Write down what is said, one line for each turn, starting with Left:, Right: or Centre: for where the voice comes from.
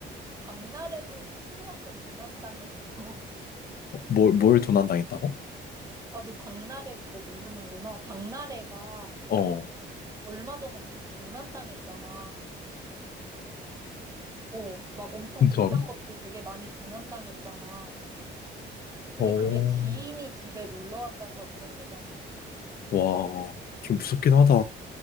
Right: 박나래도 친구한테 도난당했어. <laughs>
Left: 뭘, 뭘 도난당했다고?
Right: 아, 너 박나래 그거 모르는구나. 박나래가
Left: 어, 어?
Right: 얼마 전에 집 도난당했잖아. 어, 막 엄청
Left: 진짜로?
Right: 비싼 것들 되게 많이 도난당했잖아. 근데
Left: 어.
Right: 그게 지인이 집에 놀러 왔다가 그런 거잖아.
Left: 와, 좀 무섭긴 하다.